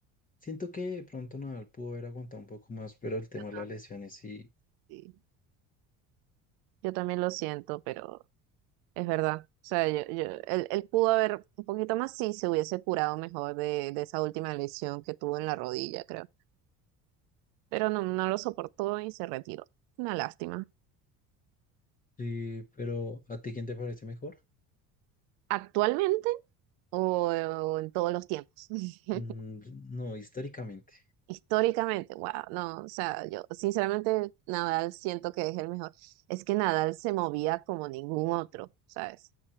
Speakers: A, on the left (about 20°); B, on the right (about 80°).
A: siento que de pronto Nadal pudo haber aguantado un poco más, pero el tema
B: Yo
A: de las lesiones sí.
B: Sí, yo también lo siento, pero es verdad. O sea, yo, yo- él, él pudo haber un poquito más si se hubiese curado mejor de, de esa última lesión que tuvo en la rodilla, creo. pero no, no lo soportó y se retiró. Una lástima.
A: Sí, pero ¿a ti quién te parece mejor?
B: ¿Actualmente o, o en todos los tiempos? <laughs>
A: Mm, no, históricamente.
B: Históricamente, wow, no, o sea, yo sinceramente Nadal siento que es el mejor. Es que Nadal se movía como ningún otro, ¿sabes?